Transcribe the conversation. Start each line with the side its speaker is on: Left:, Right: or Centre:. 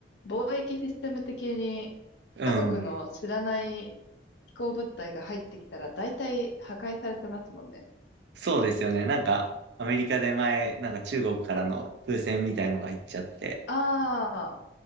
Left: 貿易システム的に
Right: うん。
Left: 他国の知らない飛行物体が入ってきたら大体破壊されてますもんね。
Right: そうですよね。なんか、アメリカで前、なんか中国からの風船みたいのが行っちゃって、
Left: ああ、